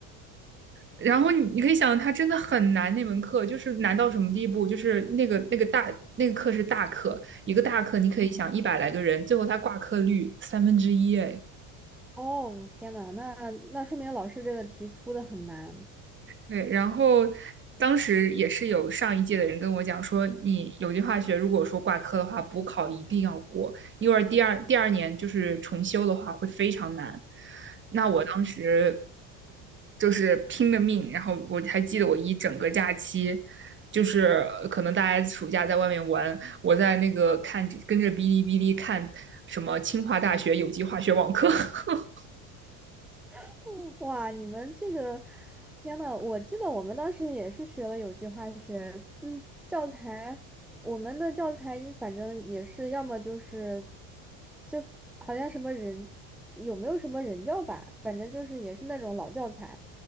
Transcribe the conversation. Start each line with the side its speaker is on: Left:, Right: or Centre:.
Right: 然后你你可以想，它真的很难，那门课就是难到什么地步，就是那个那个大那个课是大课，一个大课你可以想一百来个人，最后它挂科率三分之一，哎。
Centre: 哦，天呐，那那说明老师这个题出的很难。
Right: 对，然后当时也是有上一届的人跟我讲说，你有机化学如果说挂科的话，补考一定要过，因为第二第二年就是重修的话会非常难。那我当时就是拼了命，然后我还记得我一整个假期，就是呃可能大家暑假在外面玩，我在那个看着跟着哔哩哔哩看什么清华大学有机化学网课。<laughs>
Centre: <laughs> 哇，你们这个，天呐，我记得我们当时也是学了有机化学，嗯，教材，我们的教材一反正也是要么就是，就好像什么人有没有什么人教版，反正就是也是那种老教材，